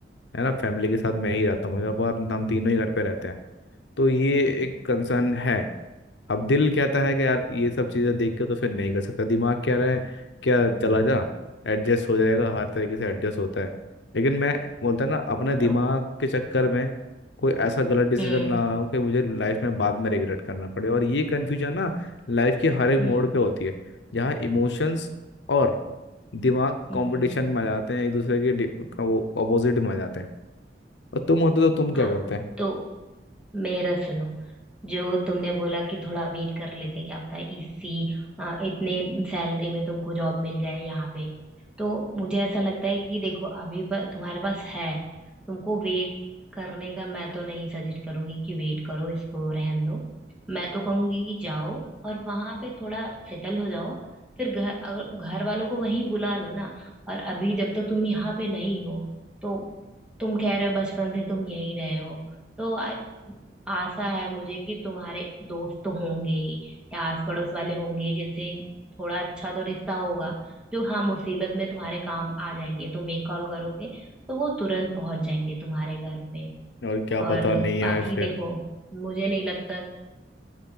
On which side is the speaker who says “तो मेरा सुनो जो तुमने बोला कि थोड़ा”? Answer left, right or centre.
Centre